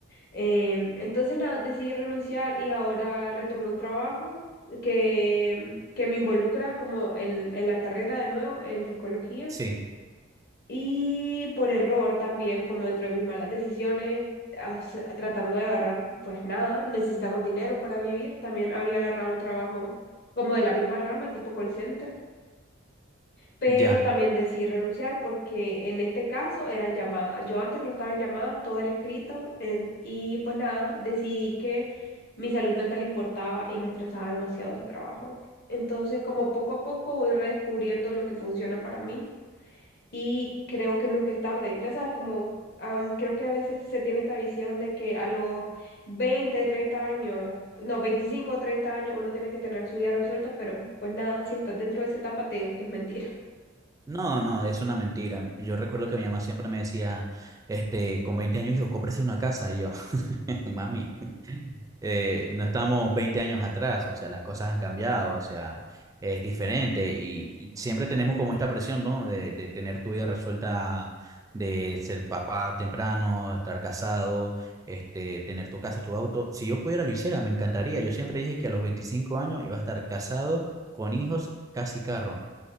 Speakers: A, on the left (about 55°); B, on the right (about 15°).
A: Em, entonces, nada, decidí renunciar y ahora retomé un trabajo que, que me involucra como en, en la carrera de nuevo, en psicología.
B: sí,
A: Y por error también, como dentro de mis malas decisiones, o sea, tratando de agarrar, pues nada, necesitamos dinero para vivir. También había agarrado un trabajo como de la misma rama, tipo call center, pero
B: ya.
A: también decidí renunciar porque en este caso eran llamadas. Yo antes no estaba en llamadas, todo era escrito en- y pues nada, decidí que mi salud mental importaba y me estresaba demasiado ese trabajo. Entonces, como poco a poco voy redescubriendo lo que funciona para mí y creo que nunca es tarde. Ya sabes, como am, creo que a veces se tiene esta visión de que a los 20 30 años, no, 25 o 30 años uno tiene que tener su vida resuelta, pero pues nada, si estás dentro de esa etapa, te digo que es mentira.
B: No, no, es una mentira. Yo recuerdo que mi mamá siempre me decía, este, con 20 años, hijo, cómprese una casa. Y yo, <laughs> mami, <laughs> eh, no estamos 20 años atrás, o sea, las cosas han cambiado, o sea, es diferente. Y, y siempre tenemos como esta presión, ¿no? De, de tener tu vida resuelta, de ser papá temprano, estar casado, este, tener tu casa, tu auto. Si yo pudiera, lo hiciera, me encantaría. Yo siempre dije que a los 25 años iba a estar casado, con hijos, casi carro.